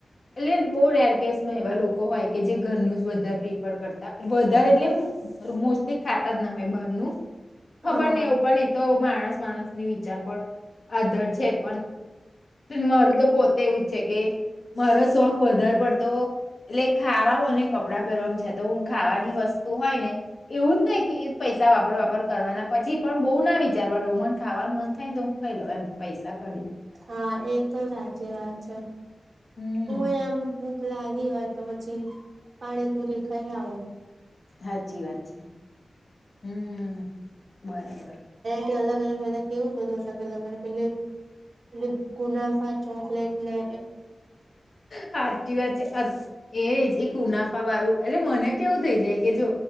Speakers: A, on the left; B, on the right.
A: એટલે બહુ રેર કેસમાં એવા લોકો હોય કે જે ઘરનું જ વધારે પ્રિફર કરતા હોય વધારે એટલે એમ મોસ્ટ્લી ખા તા જ ના હોય બહારનું
B: હા
A: ખબર નઈ એવું પણ એ તો માણસ માણસની વિચાર પર આધાર છે પણ મારું તો પોતે એવું છેે કે મારા શો વધારે પડતો એટલે ખાવા અને કપડાં પહેરવામાં છે તો હું ખાવાની વસ્તુ હોય ને એવું જ નહીં કે પૈસા વાપર વાપર કરવાના પછી પણ બહુ ના વિચારવા રહું મન ખાવાનું મન થાય ને તો હું ખાઈ લઉં એમ. પૈસા કાઢીને.
B: હા એ તો સાચી વાત છે.
A: હમ
B: હુંય એમ ભૂખ લાગી હોય તો પછી પાણીપુરી ખાઈ આવું.
A: સાચી વાત છે. હમ્મ બરાબર.
B: યટી અલગ-અલગ બધા કેવું બધું અલગ અલગ પેહલે એ ગુનાફા ચોકલેટને
A: સાચી વાત છે એજ એક ગુનાફાવાળું એટલે મને કેવું થઈ જાય કે જો